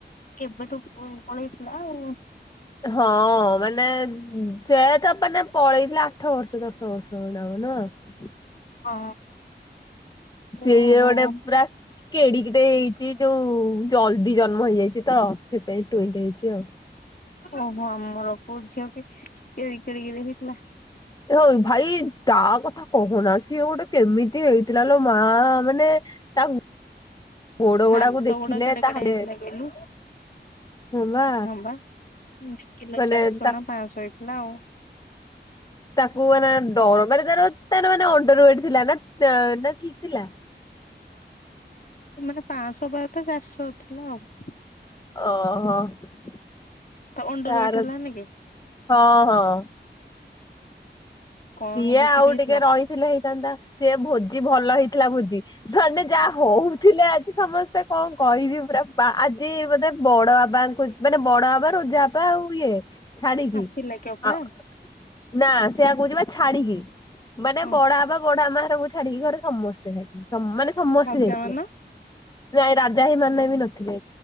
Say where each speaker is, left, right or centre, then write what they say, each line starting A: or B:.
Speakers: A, on the left; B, on the left.
A: କେବେ ଠୁ କଣ ହେଇଥିଲା ଆଉ
B: ହଁ ମାନେ ସେ ତ ମାନେ ପଳେଇଥିଲା ଆଠ ବର୍ଷ ଦଶ ବର୍ଷ ଭଳିଆ ହବ ନୁହଁ।
A: ହଁ।
B: ସିଏ
A: ଓହୋ
B: ଗୋଟେ ପୁରା କେଡିକଟେ ହେଇ ସେ ଯୋଉ ଜଲଦି ଜନ୍ମ ହେଇଯାଇଛି ତ ସେଥି ପାଇଁ ଟୁଉଁଟେ ହେଇଛି ଆଉ।
A: ଓହୋ ଆମର ପୁଅ ଝିଅ ବି କେଡିକି କେଡିକି ରେ ହେଇଥିଲା।
B: ଓଏ ଭାଇ ତା କଥା କହନା ସିଏ ଗୋଟେ କେମିତି ହେଇ ଥିଲା ଲୋ ମା ମାନେ ତା ଗୋଡ
A: ହାତ
B: ଗୋଡାକୁ ଦେଖିଲେ
A: ଗୋଡ କେଡେ କେଡେ
B: ତାହଲେ
A: ହେଇଥିଲା କହିଲୁ
B: ହେଲା
A: ହଁ ବା କିଲୋ
B: ମାନେ
A: ଚାରିଶହ
B: ତାକୁ
A: ନା ପାଞ୍ଚଶହ ହେଇଥିଲା ଆଉ
B: ତାକୁ ଆ ନା ଡର ମାନେ ତାର ତାର ମାନେ ଅଣ୍ଟର ୱେଟ୍ ଥିଲା ନା ତା ନା ଠିକ ଥିଲା।
A: ମାନେ ପାଆଁଶ ହବା କଥା ଚାରିଶ ଥିଲା ଆଉ।
B: ଓ ହୋ ହୋ। <inaudible>
A: ଅଣ୍ଡର
B: ତାର
A: ୱେଟ ହେଲାନି କି
B: ହଁ ହଁ।
A: କଣ
B: ସିଏ
A: ଭୋଜିରେ
B: ଆଉ
A: ହେଇଥିଲା
B: ଟିକେ ରହିଥିଲେ ହେଇଥାନ୍ତା। ସିଏ ଭୋଜି ଭଲ ହେଇଥିଲା ଭୋଜି ମାନେ ଯାହା ହଉଥିଲେ ଆଜି ସମସ୍ତେ କଣ କହିବି। ପୁରା ବା ଆଜି ବୋଧେ ବଡ ବାବାଙ୍କୁ ମାନେ ବଡ ବାବା ରୋଜା ବାବା ଆଉ ଇଏ ଛାଡିକି
A: ଆସିଥିଲା କି ଅପା।
B: ଆଉ ନା ସେଆ କହୁଚିପା ଛାଡ଼ିକି ମାନେ
A: ହଁ
B: ବଡା ଆବା ବଡା ଆମା ଘରକୁ ଛାଡିକି ଘରେ ସମସ୍ତେ ଖାଇଛନ୍ତି। ମାନେ ସମସ୍ତେ
A: ରାଜା
B: ଯାଇଥିଲେ।
A: ମାନ
B: ନାଇ ରାଜା ଆଇ ମାନା ଆଇ ବି ନଥିଲେ।